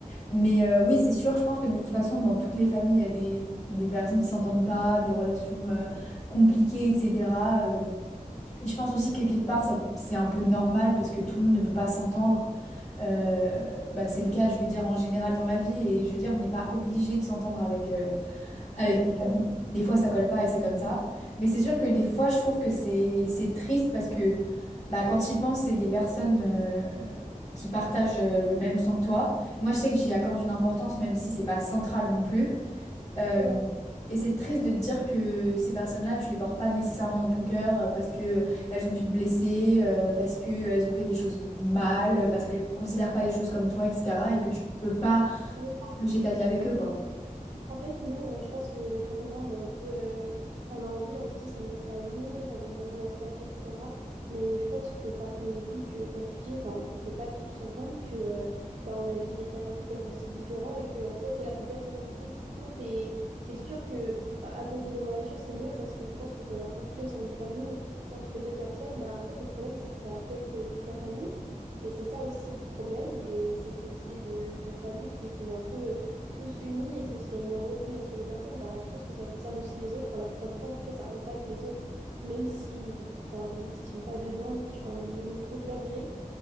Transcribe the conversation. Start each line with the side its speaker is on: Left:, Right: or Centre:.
Left: Mais euh, oui c'est sûr, je pense que de toute façon dans toutes les familles il y a des, des personnes qui s'entendent pas, des relations... euh, compliqué, etc. Euh, et je pense aussi que quelque part, ça, c'est un peu normal parce que tout le monde ne peut pas s'entendre. Euh, bah, c'est le cas, je veux dire, en général dans la vie. Et je veux dire, on n'est pas obligé de s'entendre avec, euh, avec
Right: Oui, c'est sûr.
Left: notre famille. Des fois, ça colle pas et c'est comme ça. Mais c'est sûr que des fois, je trouve que c'est, c'est triste parce que bah, quand j'y pense, c'est des personnes euh, qui partagent euh, le même sang que toi. Moi, je sais que j'y accorde une importance, même si c'est pas central non plus. Euh,
Right: Ouais.
Left: et c'est triste de te dire que ces personnes-là, tu les portes pas nécessairement dans ton cœur euh, parce que elles ont pu te blesser, euh, parce que elles ont fait des choses de mal, euh, parce qu'elles considèrent pas les choses comme toi, etc. Et que tu peux pas
Right: Oui.
Left: partager ta vie avec eux, quoi.
Right: En fait, nous, on- je pense que toi comme moi, on a un peu, euh, on a envie, on se dit c'est notre famille, ça devrait bien se passer, etc. Mais je pense qu'il faut pas qu'on oublie que, comme tu dis, enfin, on peut pas tous s'entendre que, euh, bah, on a juste des caractères aussi différents et que, en soi, c'est la personnalité qui compte. Et c'est sûr que bah, apaiser les relations, c'est mieux parce que je pense que quand il y a un conflit au sein d'une famille entre deux personnes, bah, en fait, le problème, c'est que ça affecte toute la famille. Et c'est ça aussi le problème. Et c'est cette idée de, de famille, c'est qu'on est un peu tous unis et que s'il y a une embrouille entre deux personnes, bah, je pense que ça concerne aussi les autres. Enfin, la plupart du temps, en tout cas, ça impacte les autres, même si, enfin, même s'ils sont pas dedans et que, enfin, même contre leur gré.